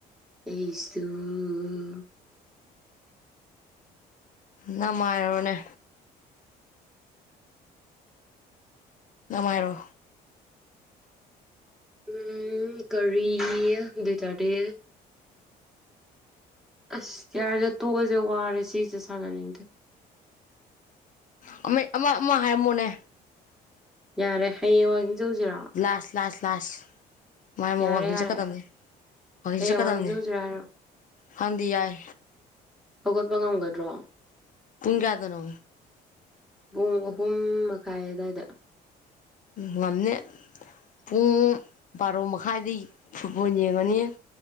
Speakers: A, in the centre; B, on the left (about 50°).
A: ꯑꯩꯁꯨꯨꯡ
B: ꯅꯃꯥꯏꯔꯣꯅꯦ ꯅꯨꯡꯉꯥꯏꯔꯣ
A: ꯎꯝ ꯀꯔꯤ ꯑꯗꯨ ꯑꯣꯏꯇꯥꯔꯗꯤ ꯑꯁ ꯌꯥꯔꯗ ꯇꯣꯛꯑꯁꯦ ꯋꯥꯔꯦ ꯁꯤꯁꯦ ꯁꯥꯟꯅꯅꯤꯡꯗꯦ
B: ꯑꯃ ꯑꯃ ꯑꯃ ꯍꯥꯏꯔꯝꯃꯣꯅꯦ
A: ꯌꯥꯔꯦ ꯍꯌꯦꯡꯋꯥꯏꯒꯤꯡ ꯆꯧꯖꯤꯔꫭ
B: ꯂꯥꯁ ꯂꯥꯁ ꯂꯥꯁ ꯃꯥꯏ ꯑꯃ
A: ꯌꯥꯔꯦ
B: ꯋꯥꯛꯀꯤꯡ
A: ꯌꯥꯔꯦ
B: ꯆꯠꯀꯗꯕꯅꯤ ꯋꯀꯤꯡꯁ
A: ꯍꯌꯦꯡ
B: ꯆꯠꯀꯗꯝꯕꯅꯤ
A: ꯋꯥꯛꯀꯤꯡ ꯆꯧꯁꯤꯔꯣ ꯍꯥꯏꯔꯣ
B: ꯍꯪꯗꯤ ꯌꯥꯏ
A: ꯍꯧꯒꯠꯄ ꯉꯝꯒꯗ꯭ꯔꯣ
B: ꯄꯨꯡ ꯀꯌꯥꯗꯅꯣ
A: ꯄꯨꯡ ꯑꯍꯨꯝ ꯃꯈꯥꯏ ꯑꯋꯥꯏꯗ
B: ꯉꯝꯃꯦ ꯄꯨꯡ ꯕꯥꯔꯣ ꯃꯈꯥꯏꯗꯒꯤ ꯐꯨꯠꯕꯣꯜ ꯌꯦꯡꯉꯅꯤ